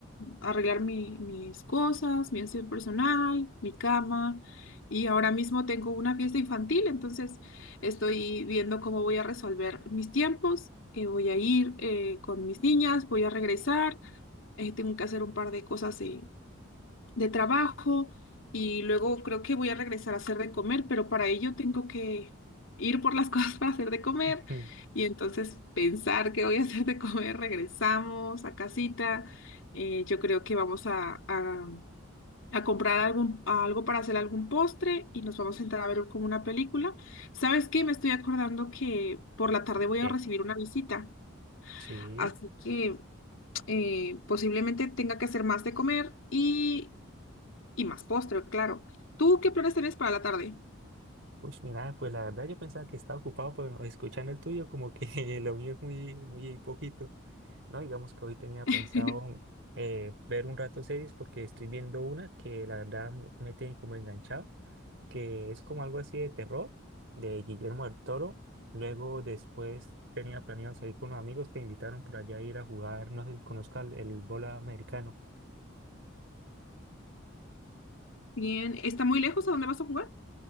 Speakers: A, on the left; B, on the right.
A: a arreglar mi- mis cosas, mi aseo personal, mi cama, y ahora mismo tengo una fiesta infantil, entonces estoy viendo cómo voy a resolver mis tiempos. eh, voy a ir eh, con mis niñas, voy a regresar, eh, tengo que hacer un par de cosas eh, de trabajo y luego creo que voy a regresar a hacer de comer, pero para ello tengo que ir por las <laughs> cosas para hacer de comer
B: <laughs>
A: y entonces pensar que voy a hacer de comer. Regresamos a casita. eh, yo creo que vamos a, a- a comprar algún, algo para hacer algún postre y nos vamos a sentar a ver como una película. ¿Sabes qué? Me estoy acordando que por la tarde voy
B: ¿Qué?
A: a recibir una visita,
B: Sí.
A: así que eh, posiblemente tenga que hacer más de comer y y más postre, claro. ¿Tú qué planes tienes para la tarde?
B: Uy, mira, pues la verdad yo pensaba que estaba ocupado, pero escuchando el tuyo como que <laughs> lo mío es muy, muy poquito. No, digamos que hoy tenía pensado
A: <laughs>
B: eh, ver un rato series porque estoy viendo una que la verdad me me tiene como enganchado, que es como algo así de terror de Guillermo del Toro. Luego después tenía planeado salir con unos amigos que me invitaron por allá a ir a jugar, no sé si conozcas el, el bola americano.
A: Bien, ¿está muy lejos a dónde vas a jugar?